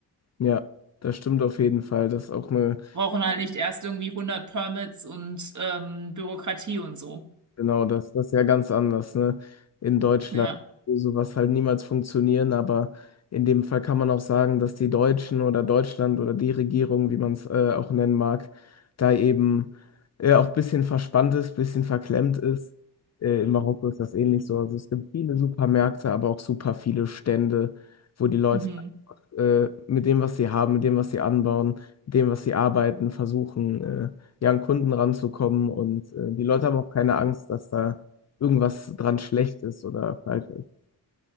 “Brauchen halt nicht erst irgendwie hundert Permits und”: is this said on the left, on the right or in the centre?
Right